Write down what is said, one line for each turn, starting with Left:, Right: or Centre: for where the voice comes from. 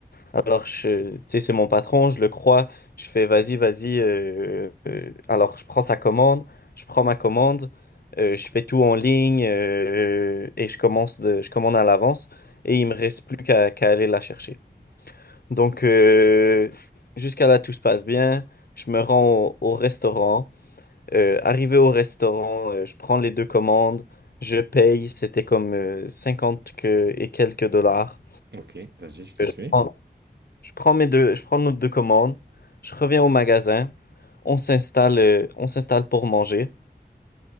Left: Alors, je, tu sais, c'est mon patron, je le crois, je fais, vas-y, vas-y, euh, euh, alors je prends sa commande, je prends ma commande, euh, je fais tout en ligne euh, et je commence de, je commande à l'avance et il me reste plus qu'à qu'à aller la chercher. Donc, euh, jusqu'à là, tout se passe bien. Je me rends au, au restaurant. Euh, arrivé au restaurant, euh, je prends les deux commandes. Je paye. C'était comme euh, 50 que- et quelques dollars.
Right: ok, vas-y, je te
Left: Euh,
Right: suis.
Left: Je prends, je prends mes deux, je prends nos deux commandes. Je reviens au magasin. On s'installe, euh, on s'installe pour manger.